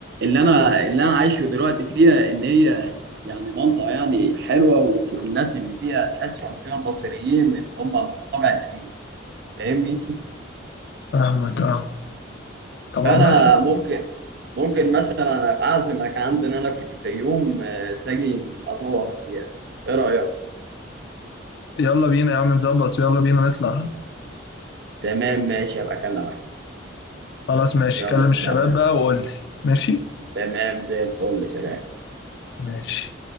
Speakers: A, on the right; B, on the left.
A: انا اللي انا عايشه دلوقتي فيها ان هي يعني منطقه يعني حلوه والناس اللي فيها تحسهم كده مصريين اللي هم من الطبع القديم فاهمني
B: فاهمك أه طب
A: فانا
B: عامة
A: ممكن ممكن مثلا ابقى اعزمك عندنا انا في الفيوم آه، تجي ازورك فيها ايه رايك
B: يلا بينا يا عم نظبط يلا بينا نطلع
A: تمام ماشي ابقى اكلمك
B: خلاص ماشي
A: يلا
B: كلم
A: سلام
B: الشباب بقى وقول لي ماشي
A: تمام زي الفل سلام
B: ماشي